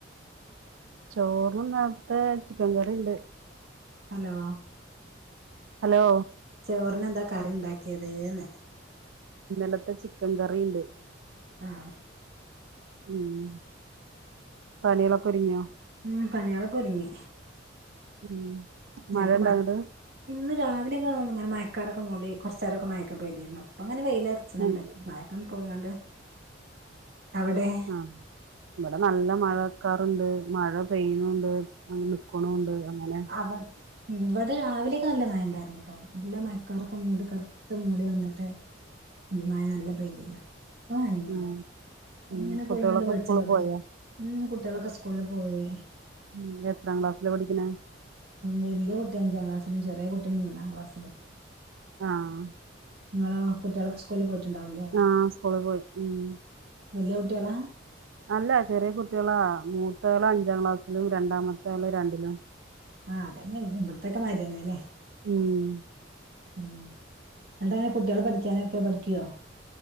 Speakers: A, on the right; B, on the right.
A: ചോറ്ന് നേർത്തെ ചിക്കൻ കറിണ്ട്
B: ഹലോ
A: ഹലോ
B: ചോറിനെന്താ കറി ഇണ്ടാക്കിയത് എന്ന്
A: ഇന്നലത്തെ ചിക്കൻ കറിയിണ്ട്
B: ആഹ്
A: ഉം പണികളൊക്കെ ഒരുങ്ങിയോ
B: ഉം പണികളൊക്കെ ഒരുങ്ങി
A: ഉം
B: ഞങ്ങക്ക്
A: മഴ ഇണ്ടോ
B: മ
A: അങ്ങട്ട്
B: ഇന്ന് രാവിലെ ഒക്കെ ഒന്ന് ഇങ്ങനെ മഴക്കാറൊക്കെ മൂടി കൊറച്ചേരൊക്കെ മഴ ഒക്കെ പെയ്തീരുന്നു ഇപ്പം ഇങ്ങനെ വെയില് അർ ച്ച്ണ്‌ണ്ട്
A: ഉം
B: മഴ ഒക്കെണ്ട് പോയ് ക്കാണ്ട് അവടേ
A: ആഹ് ഇവടെ നല്ല മഴക്കാറുണ്ട് മഴ പെയ്യുണൂണ്ട് അങ്ങനെ നിക്കുണുണ്ട് അങ്ങനെ
B: <unintelligible> ഉം ഇവടെ രാവിലെ ഒക്കെ നല്ല മഴ ഉണ്ടായിരുന്നുട്ടോ നല്ല മയക്കാറൊക്കെ മൂടി കറുത്ത് മൂടി വന്നിട്ട് അന്തിക്ക് മഴ നല്ലൊം പെയിതീനു ഇപ്പം മഴ ഒന്നുല്ല
A: ഉം
B: ഇപ്പം
A: ഉം
B: ഒന്നിങ്ങനെ
A: കുട്ടികളൊക്കെ
B: പോയി ങ്ങാണ്ട് വെളിച്ചം
A: സ്കൂളിൽ
B: വെക്ക്ണ്ട്
A: പോയോ
B: ഉം കുട്ടിയേളൊക്കെ സ്കൂളില് പോയി
A: ഉം എത്രാം ക്ലാസ്സിലാ പഠിക്ക്ണെ
B: വല്യ കുട്ടി അഞ്ചാം ക്ലാസിലും ചെറിയ കുട്ടി മൂന്നാം ക്ലാസ്സിലും
A: ആഹ്
B: ഇങ്ങളോ കുട്ടിയേളൊക്കെ സ്കൂളില് പോയിട്ടുണ്ടാവും ല്ലേ
A: ആഹ് സ്കൂളിൽ പോയി ഉം
B: വല്യ കുട്ടിയേളാ
A: അല്ല ചെറിയ കുട്ടികളാ മൂത്തോള് അഞ്ചാം ക്ലാസ്സിലും രണ്ടാമത്തേള് രണ്ടിലും
B: ആഹ് അതെന്നെ പിന്നെ ഇവട്ത്തെ ഒക്കെ മാതിരി തന്നെ അല്ലേ
A: ഉം
B: ഉം ഇന്നട്ട് കുട്ട്യേള് പഠിയ്ക്കാനൊക്കെ പഠിക്ക്യോ